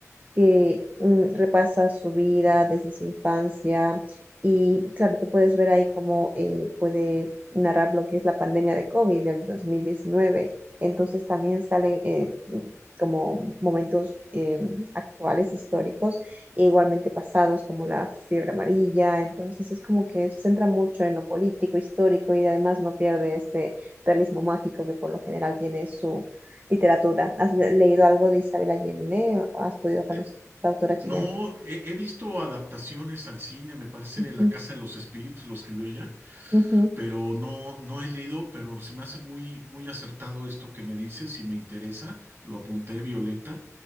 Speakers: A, on the right (about 30°); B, on the right (about 45°).
A: que mm, repasa su vida desde su infancia y claro, tú puedes ver ahí cómo eh, puede narrar lo que es la pandemia de COVID del dos mil diecinueve Entonces también salen eh, m- como momentos eh, actuales, históricos, e igualmente pasados, como la fiebre amarilla. Entonces es como que se centra mucho en lo político, histórico y además no pierde ese realismo mágico que por lo general tiene su literatura. ¿Has le- leído algo de Isabel Allende? ¿Has podido conocer
B: Eh,
A: a esta autora chilena?
B: No, he, he visto adaptaciones al cine, me parece
A: Ujú,
B: La Casa de los Espíritus, lo escribió ella,
A: ujú,
B: pero no, no he leído, pero se me hace muy, muy acertado esto que me dices y me interesa. Lo apunté, Violeta.